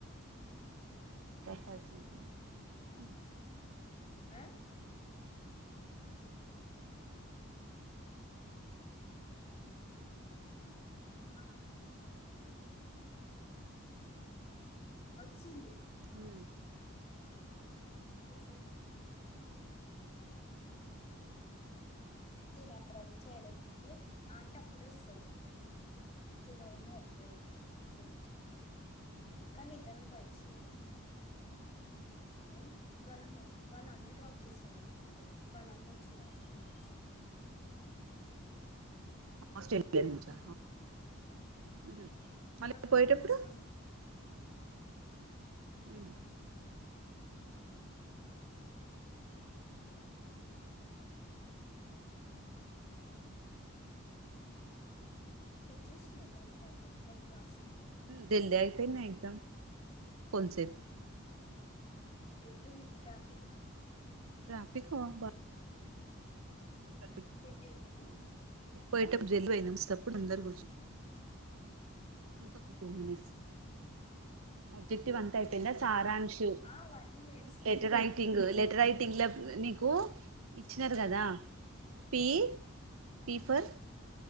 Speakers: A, on the left; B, on the right.
A: <unintelligible>
B: హ్మ్
A: ఆ అది ఆ అమ్మాయి వచ్చింద బన్నీ వచ్చింది
B: మ్మ్.
A: రోజు ఎందుకు ఫోన్ చేస్తది తినడం చేయడం అంటే అంటప్పుడే వస్తది <unintelligible> అప్పుడే అతే బ్రేక్ కానీ ఇద్దరం కలిసి పోతం ఆ వాళ్ళ వాళ్ళ అన్నాగా చేస్తాడనుకుంట రేపు వాళ్ళన్న వచ్చిండు ఆస్ట్రేలియా నుంచి
B: ఆస్ట్రేలియా నుంచా మ్మ్. మళ్ళీ
A: వాళ్ళ అన్నని
B: పోయేటప్పుడు
A: తీసుకొని పోతుంది
B: హ్మ్
A: హ్మ్ చేసిండు బయట నువ్వు ఎగ్జామ్ రాస్తుంటే
B: దీనిది అయిపోయిందా ఎగ్జామ్ కొంసేపు
A: ఎట్లుంది ట్రాఫిక్
B: ట్రాఫిక్
A: స
B: బాగా ట్రాఫిక్
A: పెట్టేదునా
B: పోయేటప్పుడు జల్దీ పోయినాం వస్తేప్పుడు అందరు కూర్చుని ఇంకొక టూ మినిట్స్ బ్జెక్టివ్ అంతా అయిపో సారాంశు
A: ఆ అవన్నీ నేర్చుకున్నాం
B: లెటర్ రైటింగ్ లెటర్ రైటింగ్ లా నీకు ఇచ్చినారు కదా పీ పీఫర్